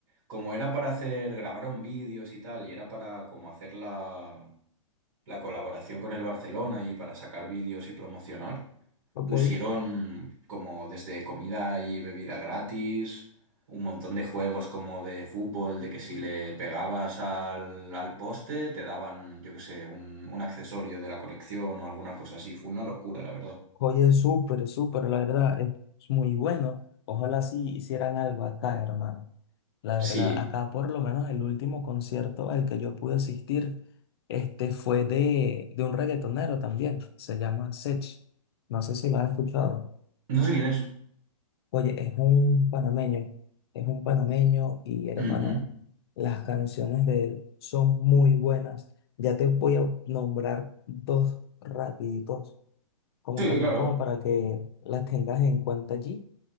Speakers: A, on the right; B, on the left.
A: como era para hacer, grabaron vídeos y tal, y era para como hacer la, la colaboración con el Barcelona y para sacar vídeos y promocionar,
B: ok.
A: pusieron como desde comida y bebida gratis, un montón de juegos como de fútbol, de que si le pegabas al, al poste te daban, yo qué sé, un, un accesorio de la colección o alguna cosa así. Fue una locura, la verdad.
B: Oye, súper, súper, la verdad, es muy bueno. Ojalá sí hicieran algo acá, hermano. La
A: Sí.
B: verdad, acá por lo menos el último concierto al que yo pude asistir, este fue de, de un reggaetonero también, se llama Sech. No sé si lo has escuchado.
A: No sé quién es.
B: Oye, es un panameño, es un panameño y hermano,
A: Ujú.
B: las canciones de él son muy buenas. Ya te voy a nombrar dos rapiditos como
A: Sí,
B: también
A: claro.
B: como para que las tengas en cuenta allí.